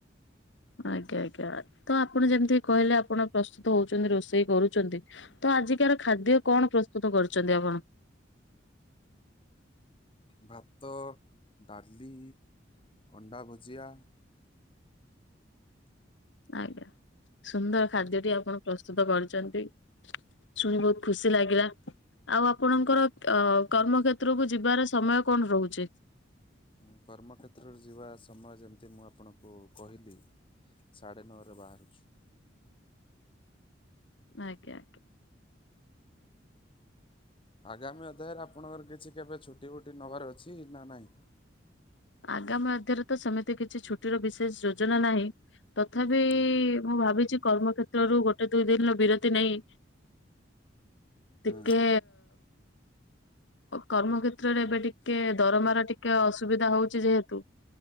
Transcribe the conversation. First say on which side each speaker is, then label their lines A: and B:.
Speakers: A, on the left; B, on the left.
A: ଆଜ୍ଞା ଆଜ୍ଞା ତ ଆପଣ ଯେମିତି କହିଲେ ଆପଣ ପ୍ରସ୍ତୁତ ହଉଛନ୍ତି ରୋଷେଇ କରୁଛନ୍ତି ତ ଆଜିକାର ଖାଦ୍ୟ କଣ ପ୍ରସ୍ତୁତ କରୁଛନ୍ତି ଆପଣ?
B: ଭାତ ଡାଲି ଅଣ୍ଡା ଭଜିଆ।
A: ଆଜ୍ଞା ସୁନ୍ଦର ଖାଦ୍ୟଟି
B: ଆଜ୍ଞା।
A: ଆପଣ ପ୍ରସ୍ତୁତ କରିଛନ୍ତି। ଶୁଣି ବହୁତ ଖୁସି ଲାଗିଲା। ଆଉ ଅପଙ୍କର ଅ କର୍ମ କ୍ଷେତ୍ରକୁ ଯିବାର ସମୟ କଣ ରହୁଛି।
B: ହୁଁ କର୍ମକ୍ଷେତ୍ରରେ ଯିବା ସମୟ ଯେମତି ମୁଁ ଆପଣଙ୍କୁ କହିଲି। ସାଢ଼େ ନଅରେ ବାହାରୁଛୁ।
A: ଆଜ୍ଞା।
B: ଆଗାମୀ ଅଧ୍ୟାୟରେ ଆପଣଙ୍କର କିଛି କେବେ ଛୁଟି ଫୁଟି ନବାରେ ଅଛି ନା ନାହିଁ।
A: ଆଗାମୀ ଅଧ୍ୟାୟରେ ତ ସେମିତି କିଛି ଚୁଟିର ବିଶେଷ ଜୋଯ ନା ହିଁ। ତଥାପି
B: ହୁଁ
A: ମୁଁ ଭାବିଛି କର୍ମ କ୍ଷେତ୍ରରୁ ଗୋଟେ ଦୁଇ ଦିନର ବିରତି ନେଇ
B: ହୁଁ
A: ଟିକେ କର୍ମକ୍ଷେତ୍ରରେ ଏବେ ଟିକେ ଦରମାର ଟିକେ ଅସୁବିଧା ହଉଛି ଯେହେତୁ